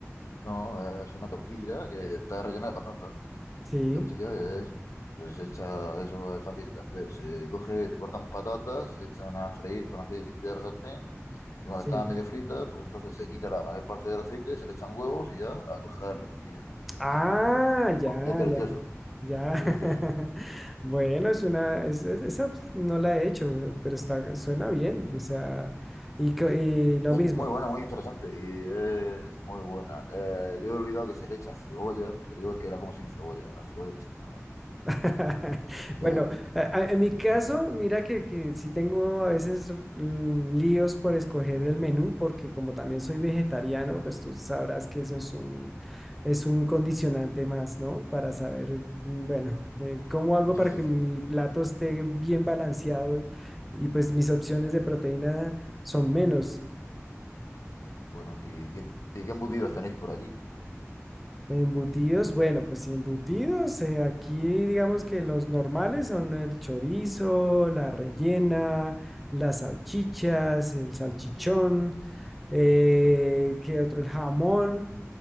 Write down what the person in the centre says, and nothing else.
Sí,
sí.
Ah, ya,
ya. Ya.
<laughs>
Bueno, es una, es- es- esa pues, no la he hecho, pero está, suena bien, o sea, y, co- y lo
mismo.
<laughs>
Bueno, a- a- en mi
caso,
mira que, que sí tengo a veces mm, líos por escoger el menú, porque como también soy vegetariano, pues tú sabrás que eso es un, es un condicionante más, ¿no? Para saber, mm, bueno, eh, cómo hago
para
que
mi plato esté bien balanceado y, y, pues mis opciones de proteína son menos.
Embutidos, bueno, pues sí, embutidos, eh, aquí digamos que los normales son el chorizo, la rellena, las salchichas, el salchichón, eh, ¿qué otro? El jamón,